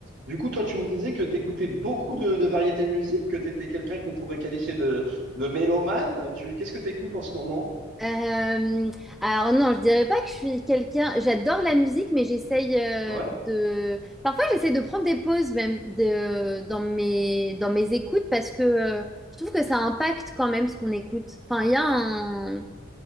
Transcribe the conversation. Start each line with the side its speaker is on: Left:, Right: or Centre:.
Right: Du coup, toi, tu me disais que tu écoutais beaucoup de, de variétés de musique, que tu étais quelqu'un qu'on pourrait qualifier de, de mélomane. Tu, qu'est-ce que tu écoutes en ce moment?
Centre: Euh, alors non, je dirais pas que je suis quelqu'un. J'adore la musique, mais j'essaye euh,
Right: Ouais,
Centre: de. Parfois, j'essaye de prendre des pauses même de, dans mes dans mes écoutes parce que euh, je trouve que ça impacte quand même ce qu'on écoute. Enfin, il y a un,